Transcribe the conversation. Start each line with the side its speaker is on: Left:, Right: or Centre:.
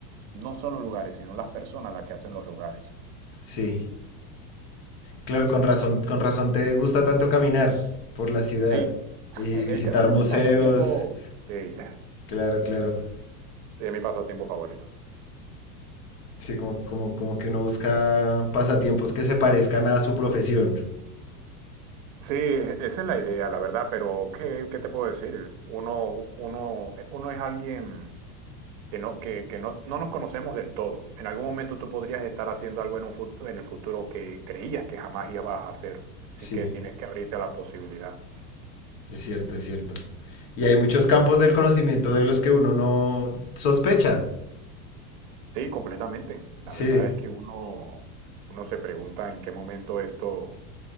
Right: no son los lugares, sino las personas las que hacen los lugares.
Left: Sí. Claro, con razón, con razón te gusta tanto caminar por la ciudad
Right: Sí, <laughs>
Left: y
Right: eh,
Left: visitar
Right: creo que
Left: museos.
Right: es mi pasatiempo. Sí, <laughs>
Left: Claro, claro.
Right: sí, es mi pasatiempo favorito.
Left: Sí, como, como, como que uno busca pasatiempos que se parezcan a su profesión.
Right: Sí, esa es la idea, la verdad, pero ¿qué, qué te puedo decir? Uno, uno, uno es alguien que no, que, que no, no nos conocemos del todo. En algún momento tú podrías estar haciendo algo en un futuro, en el futuro que creías que jamás ibas a hacer. Así
Left: Sí,
Right: que tienes que abrirte a la posibilidad.
Left: es cierto, es cierto. Y hay muchos campos del conocimiento de los que uno no sospecha.
Right: Sí, completamente. La
Left: Sí,
Right: verdad es que uno, uno se pregunta en qué momento esto